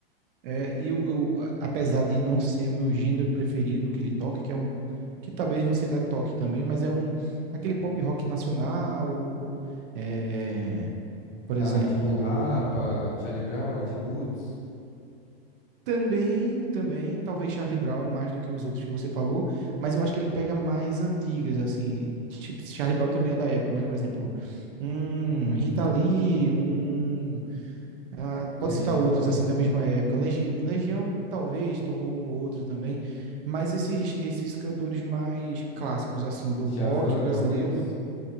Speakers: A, on the right; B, on the left.
A: É, e eu, eu, a- apesar de não ser o meu gênero preferido que ele toca, que é um que talvez você até toque também, mas é um aquele pop rock nacional, é, por exemplo,
B: Ah, tipo Rapa, Charlie Brown, Natiruts,
A: Também, também, talvez Charlie Brown mais do que os outros que você falou, mas eu acho que ele pega mais antigas, assim. Tipo, Charlie Brown também é da época, mas, por exemplo, um Rita Lee, um. ah,
B: Legião,
A: pode citar outros, assim, da mesma época. Legi- Legião, talvez, tocou um ou outro também, mas esses, esses cantores mais clássicos, assim, do
B: Djavan,
A: rock brasileiro,
B: talvez.
A: do-